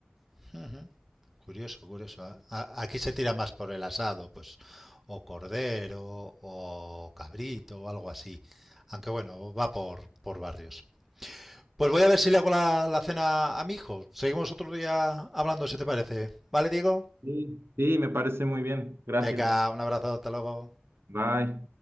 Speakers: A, in the centre; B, on the right.
A: <laughs> Curioso, curioso. a- Aquí se tira más por el asado, pues, o cordero, o cabrito, o algo así. Aunque bueno, va por, por barrios. Pues voy a ver si le hago la, la cena a mi hijo. Seguimos otro día hablando, si te parece. ¿Vale, Diego?
B: Sí, sí, me parece muy bien. Gracias.
A: Venga, un abrazo, hasta luego.
B: Bye.